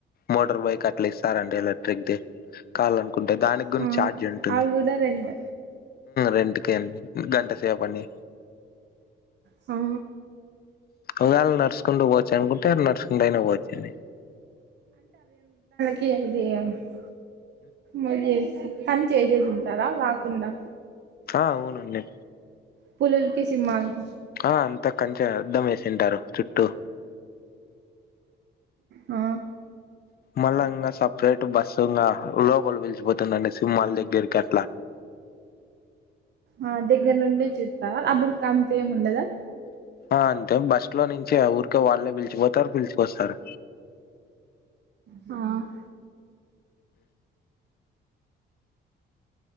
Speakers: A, on the left (about 50°); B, on the right (about 60°).
A: మోటర్ బయిక్ అట్ల ఇస్తా రండి ఏదైనా రేక్ దే కావాలనుకుంటే దానికి గుం
B: ఆ
A: ఛార్ జ్ ఉంటుంది
B: అవి కూడా రెంట్
A: రెంతకే అండి గంట సేప్ అండి
B: హా
A: ఉయాలనర్స్ కుండ పోవచ్చు అనుకుంటే నర్స్ కుంట అయినా పోవచ్చ
B: <unintelligible> మరి కానీ చేసే తింటారా రాకుండా
A: ఆ అవునండి
B: పులల్కి సింహాల్కి
A: ఆ అంత కంచ దమస్త సెంటారు చుట్టూ
B: హా
A: మళ్ళా ఇంకా సపరేట్ బస్సు ఇంగ లోపల పిలిచిపోతు సింహళ దగ్గరకి అట్లా
B: ఆ దగ్గర నుండి చూస్తారా అప్పుడు అంత ఏం వుండదా
A: ఆ అంతే బస్సులో నుంచె ఊరికే వాళ్ళే పిలిచిపోతారు పిలిచుకొస్తారు
B: హుమ్మ్